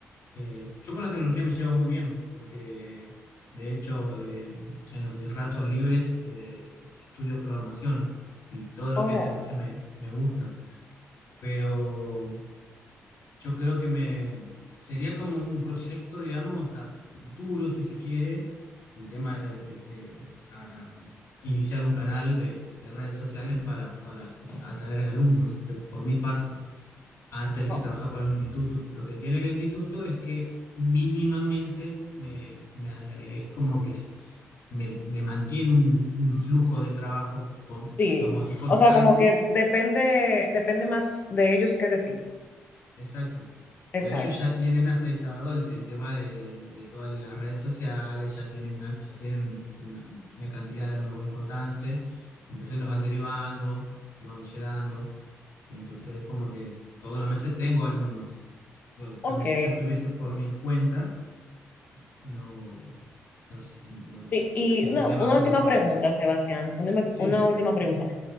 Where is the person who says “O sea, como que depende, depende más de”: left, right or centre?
Left